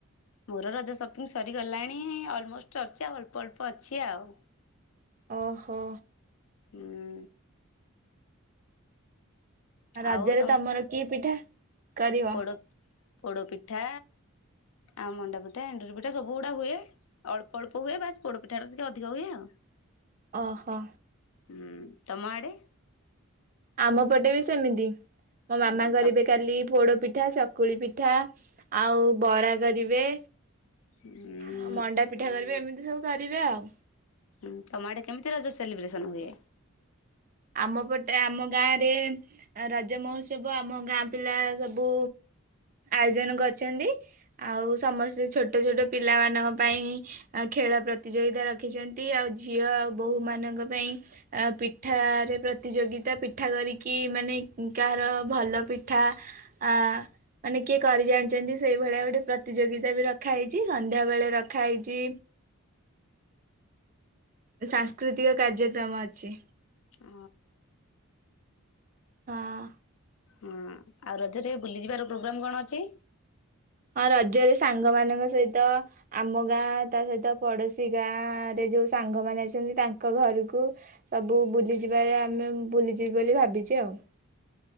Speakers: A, on the left; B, on the right.
A: ମୋର ରଜ ସପିଙ୍ଗି ସରିଗଲାଣି ଅଲମୋଷ୍ଟ ଅଛି ଆଉ ଅଳ୍ପ, ଅଳ୍ପ ଅଛି ଆଉ।
B: ଓହୋ।
A: ହୁଁ।
B: ରଜରେ
A: ଆଉ ତମ
B: ତମର କି ପିଠା କରିବ।
A: ପୋଡ ପିଠା ଆଉ ମଣ୍ଡା ପିଠା, ଏଣ୍ଡୁରି ପିଠା ସବୁ ଗୁଡା ହୁଏ। ଅଳ୍ପ, ଅଳ୍ପ ହୁଏ ବାସ ପୋଡପିଠା ଟା ଟିକେ ଅଧିକ ହୁଏ ଆଉ।
B: ଅ ହ।
A: ହୁଁ ତମଆଡ଼େ।
B: ଆମ ପଟେ ବି ସେମିତିମୋ
A: ହୁଁ
B: ମାମା କରିବେ
A: ତ
B: କାଲି ପୋଡ ପିଠା ଚ। ଚକୁଳି ପିଠା, ଆଉ ବରା କରିବେ।
A: ଉଁ।
B: ଆଉ ମଣ୍ଡା ପିଠା କରିବେ ଏମିତି ସବୁ କରିବେ ଆଉ।
A: ହୁଁ ତମ ଆଡେ କେମିତି ରଜ ସେଲିବ୍ରେସନ୍ ହୁଏ?
B: ଆମ ପଟେ ଆମ ଗାଁରେ। ରଜ ମହୋତ୍ସବ ଆମ ଗାଁ ପିଲା ସବୁ ଆୟୋଜନ କରିଛନ୍ତି। ଆଉ ସମସ୍ତେ ଛୋଟ, ଛୋଟ ପିଲାମାନଙ୍କ ପାଇଁ। ଆ ଖେଳ ପ୍ରତିଯୋଗିତା ରଖିଛନ୍ତି ଆଉ ଝିଅ ଆଉ ବୋହୂ ମାନଙ୍କ ପାଇଁ ପି। ପିଠାରେ ପ୍ରତିଯୋଗିତା ପିଠା କରିକି ମାନେ କାହାର ଭଲ ପିଠା। ଆ। ମାନେ କିଏ କରି ଜାଣିଛନ୍ତି ସେଇଭଳିଆ ଗୋଟେ ପ୍ରତିଯୋଗିତା ବି ରଖାହେଇଛି ସନ୍ଧ୍ୟାବେଳେ ରଖାହେଇଛି। ସାଂସ୍କୃତିକ କାର୍ଯ୍ୟକ୍ରମ ଅଛି।
A: ଅ।
B: ହଁ।
A: ହଁ। ଆଉ ରଜରେ ବୁଲିଯିବାର ପ୍ରୋଗ୍ରାମ୍ କ'ଣ ଅଛି।
B: ହଁ ରଜରେ ସାଙ୍ଗ ମାନଙ୍କ ସହିତ। ଆମ ଗାଁ ତା ସହିତ ପଡୋଶୀ ଗାଁ ରେ ଯୋଉ ସାଙ୍ଗମାନେ ଅଛନ୍ତି ତାଙ୍କ ଘରୁକୁ। ସବୁ ବୁଲିଯିବାରେ ଆମେ ବୁଲିଯିବି ବୋଲି ଭାବିଛି ଆଉ।